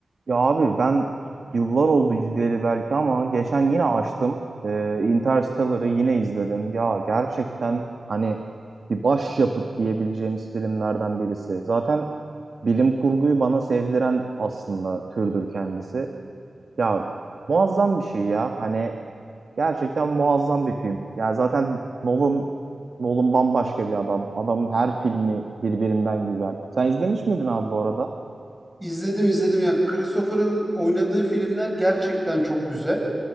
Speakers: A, on the right; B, in the centre.
A: Ya abi ben yıllar oldu izleyeli belki ama geçen yine açtım. Ee, Interstellar'ı yine izledim. Ya gerçekten hani bir başyapıt diyebileceğimiz filmlerden birisi. Zaten bilim kurguyu bana sevdiren aslında türdür kendisi. Ya muazzam bir şey ya. Hani gerçekten muazzam bir film. Ya zaten Nolan Nolan bambaşka bir adam. Adamın her filmi birbirinden güzel. Sen izlemiş miydin abi bu arada?
B: İzledim izledim ya. Christopher'ın oynadığı filmler gerçekten çok güzel.